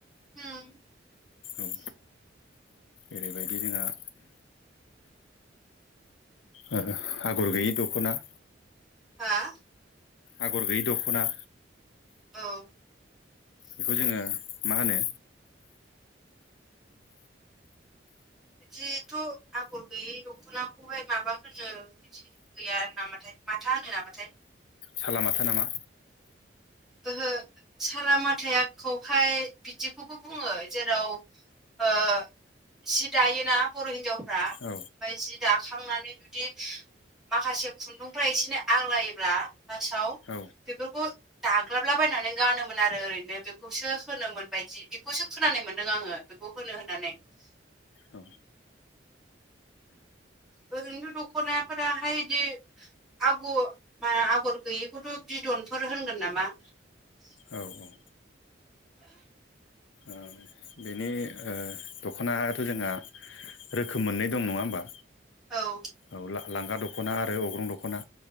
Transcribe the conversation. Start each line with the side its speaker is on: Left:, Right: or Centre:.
Centre: ओम
Left: औ ओरैबायदि जोङा ओ आगर गैयि दखना
Centre: हा?
Left: आगर गैयि दखना
Centre: औ
Left: बेखौ जोङो मा होनो?
Centre: बिदिथ' आगर गैयै दखनाखौहाय माबा होनो बिदि बिदि गैया नामाथाय माथा होनो नामाथाय
Left: सालामाथा नामा?
Centre: ओहो सालामाथायाखौहाय बिदिखौबो बुङो जेराव ओ जि दायोना बर' हिनजावफ्रा ओमफ्राय
Left: औ
Centre: जि दाखांनानै जुदि माखासे खुन्दुंफ्रा एसेना आग्लायोब्ला लास्टाव
Left: औ
Centre: बेफोरखौ दाग्लाबलाबायनानै गानोमोन आरो ओरैनो बेखौसो होनोमोनबायदि बेखौसो खोनानाय मोनदों आङो। खौ होनो होननानै
Left: औ
Centre: ओरैनोथ' दखनायफोराहाय इदि आगर मा आगर गैयिखौथ' बिदनफोर होनगोन नामा?
Left: औ औ ओइ बेनि ओ दखनायाथ' जोर्नङा रोखोम मोननै दं नङा ओमबा?
Centre: औ।
Left: औ लांगा दख'ना आरो अग्रं दख'ना